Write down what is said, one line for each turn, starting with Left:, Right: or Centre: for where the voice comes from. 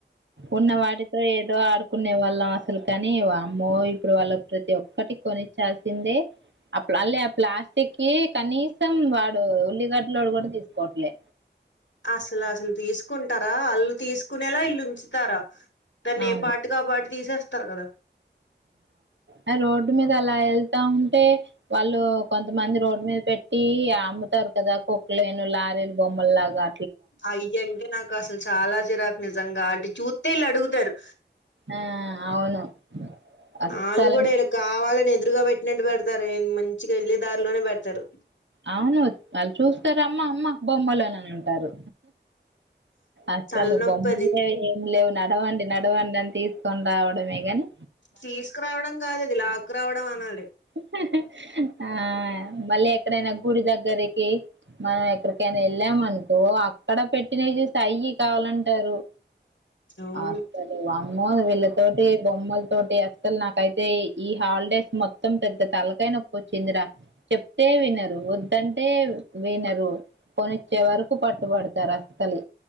Right: ఉన్న వాటితో ఏదో ఆడుకునే వాళ్ళం అసలు కాని వామ్మో ఇప్పుడు వాళ్ళకి ప్రతి ఒక్కటి కొ నిచ్చాల్సిందే అపుడ్ అలే ఆ ప్లాస్టిక్ కి కనీసం వాడు ఉల్లిగడ్లోడు కూడా తీసుకోవట్లే
Left: అసల్ అసల్ తీసుకుంటారా అల్లు తీసుకునేలా ఇల్లు ఉంచుతారా దాన్ని
Right: అవును
Left: ఏ పార్ట్ కు ఆ పార్ట్ తీసేస్తారు కదా
Right: ఆ రోడ్డు మీద అలా వెళ్తా ఉంటే వాళ్ళూ కొంతమంది రోడ్డు మీద పె టీ అమ్ముతారు కదా కుక్కలేను లారీలు బొమ్మలు లాగా
Left: అయ్యంటే నాకు అసలు చాలా చిరాకు నిజంగా అంటే చూత్తె ఇళ్ళు అడుగుతారు
Right: ఆ అవును అస్సలు
Left: ఆళ్ళు కూడా ఈడ కావాలని ఇదురుగా పెట్టినట్టు పెడతారు మంచిగా వెళ్ళి దారిలోనే పెడతారు
Right: అవును వాళ్ చూస్తారు అమ్మ అమ్మ బొమ్మలు అని అంటారు అసలు
Left: తలనొప్పి
Right: బొమ్మలే
Left: అది
Right: ఏం లేవు నడవండి నడవండి అని తీసుకొని రావడమే గని
Left: తీసుకురావడం కాదు అది లాక్ రావడం అనాలి
Right: హి హి ఆ మళ్ళీ ఎక్కడైనా గుడి దగ్గరికి మనం ఎక్కడికైనా ఎళ్ళాం అనుకో అక్కడ పెట్టినయ్ చూసి అయ్యి కావాలంటారు
Left: అవును
Right: ఆ సరే వామ్మో వీళ్ళతోటి బొమ్మ తోటి అస్సల్ నాకైతే ఈ హాలిడేస్ మొత్ అం పెద్ద తలకాయ నొప్పొచ్చిందిరా చెప్తే వినరు వద్దంటే వినరు కొనిచ్చే వరకు పట్టుబడతారు అస్సలు